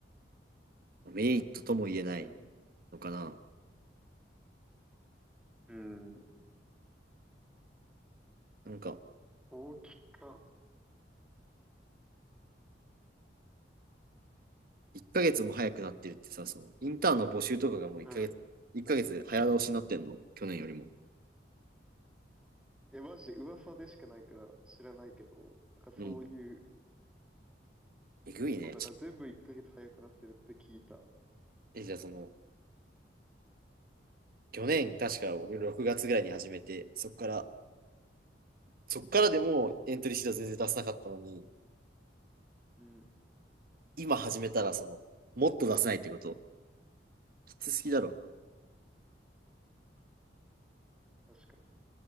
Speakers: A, on the right; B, in the centre.
A: メリットとも言えない
B: うん。
A: のかな。
B: うん
A: なんか
B: 大きか。
A: 1ヶ月も早くなってるってさ、そのインターンの募集とかがもう1ヶ月、
B: うん。
A: 1ヶ月早倒しになってんの去年よりも。
B: え、マジで噂でしかないから知らないけど、だからそういう、
A: うん。えぐいね。
B: そう、だから全部1ヶ月早くなってるって聞いた。
A: え、じゃあその、去年、確か僕6月ぐらいに始めて、そっから、そっからでもエントリーシート全然出せなかったのに、
B: うん。
A: 今始めたら、その、もっと出せないってこと、きつすぎだろ。
B: 確か